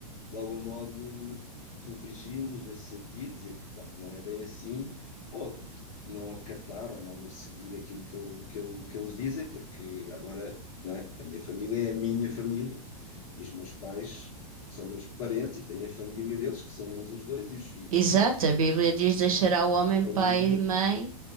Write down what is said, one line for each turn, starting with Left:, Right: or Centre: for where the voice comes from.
Left: de algum modo corrigi-los nesse sentido, dizer que pá, não é bem assim, ou não acatar ou não seguir aquilo que eu, que eu, que eles dizem, porque agora, não é? A minha família é a minha família e os meus pais são meus parentes e têm a família deles, que são eles os dois, e os filhos.
Right: Exato,
Left: Os filhos
Right: a Bíblia diz deixará o homem
Left: da família
Right: pai e mãe